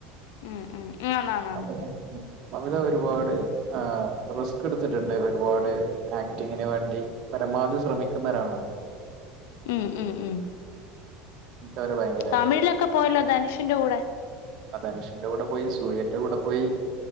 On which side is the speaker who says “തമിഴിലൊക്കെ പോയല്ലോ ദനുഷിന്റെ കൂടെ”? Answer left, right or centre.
Left